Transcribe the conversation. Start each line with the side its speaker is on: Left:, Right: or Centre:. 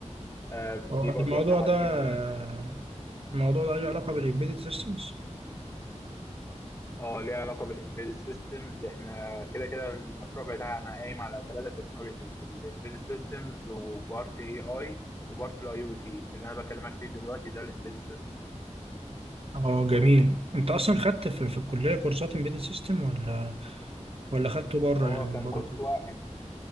Left: آه،
Right: هو
Left: دي برضو
Right: الموضوع
Left: احنا حاطين
Right: ده آه،
Left: مثلا
Right: الموضوع ده له علاقة بالإمبيدد سيستمز
Left: اه ليها علاقه بالامبيد سيستمز احنا كده كده المشروع بتاعنا قايم على ثلاثه تكنولوجيز الامبيد سيستمز وبارت اي اي وبارت الاي او تي اللي انا بكلمك فيه دلوقتي ده الامبيد سيستم
Right: اه جميل أنت أصلا خدت في, في الكلية كورسات إمبيدد سيستم ولا ولا خدته بره
Left: هو
Right: يعني
Left: كان
Right: بره
Left: كورس
Right: الكلية؟
Left: واحد